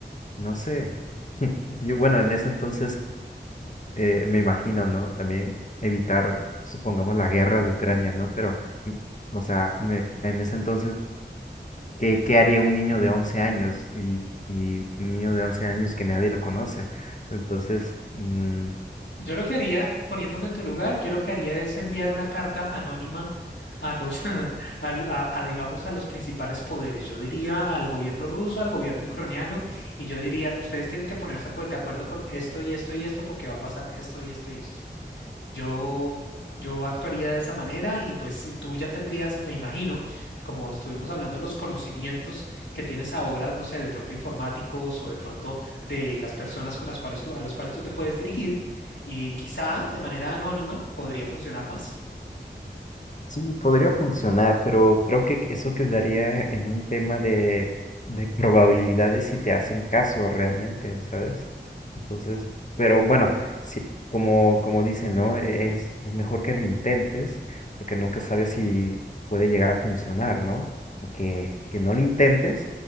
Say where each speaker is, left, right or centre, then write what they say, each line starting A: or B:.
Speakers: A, on the left (about 45°); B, on the left (about 80°).
A: no sé, <laughs> yo, bueno, en ese entonces eh, me imagino, ¿no? También evitar, supongamos, la guerra de Ucrania, ¿no? Pero, mm, o sea, me- en ese entonces ¿Qué, qué haría un niño de 11 años? Y, y un niño de 11 años que nadie lo conoce. Entonces, mm,
B: Yo lo que haría, poniéndome en tu lugar, yo lo que haría es enviar una carta anónima a los, <laughs> al- a, a, digamos, a los principales poderes. Yo diría al gobierno ruso, al gobierno ucraniano, y yo diría, ustedes tienen que ponerse acuer- de acuerdo con esto y esto y esto porque va a pasar esto y esto y esto. Yo, yo actuaría de esa manera y pues y tú ya tendrías, me imagino, como estuvimos hablando, los conocimientos que tienes ahora, no sé, de pronto informáticos o de pronto de las personas con las cuales tú, a las cuales tú te puedes dirigir y quizá de manera anónima podría funcionar más.
A: Sí, podría funcionar, pero creo que eso quedaría en un tema de, de probabilidades si te hacen caso realmente, ¿sabes? Entonces, pero bueno, sí, como, como dicen, ¿no? E- Es, es mejor que lo intentes, porque nunca sabes si puede llegar a funcionar, ¿no? Que, que no lo intentes